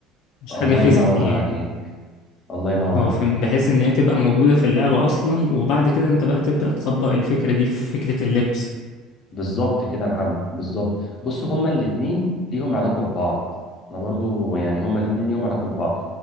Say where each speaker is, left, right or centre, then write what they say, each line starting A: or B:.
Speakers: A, on the left; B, on the left.
A: مش
B: الله
A: حاجة فيزيكال
B: ينور
A: يعني
B: عليك الله ينور
A: هو
B: عليك
A: فهم بحيث ان هي تبقى موجودة في اللعبة اصلا وبعد كده انت بقى تبدأ تطبق الفكرة دي في فكرة اللبس
B: بالظبط كده يا محمد بالظبط بص هما الاتنين ليهم علاقة ببعض انا برضو يعني هما الاتنين ليهم علاقة ببعض